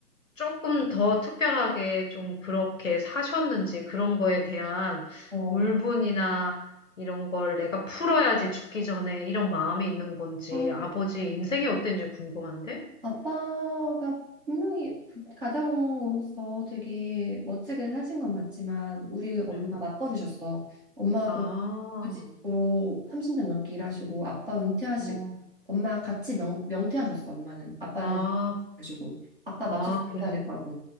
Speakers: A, on the left; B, on the right.
A: 조금 더 특별하게 좀 그렇게 사셨는지 그런 거에 대한
B: 어,
A: 울분이나 이런 걸 내가 풀어야지 죽기 전에 이런 마음이 있는 건지
B: 어,
A: 아버지 인생이 어땠는지 궁금한데?
B: 아빠가 분명히 두- 가장으로서 되게 멋지게 사신 건 맞지만, 우리 엄마
A: 응.
B: 맞벌이셨어. 엄마도
A: 아,
B: 구직으로 30년 넘게 일하시고, 아빠 은퇴하시고,
A: 어,
B: 엄마 같이 명, 명퇴하셨어, 엄마는. 아빠는
A: 아,
B: 가지고 아빠 맞춰서
A: 아, 그래.
B: 해야겠다고.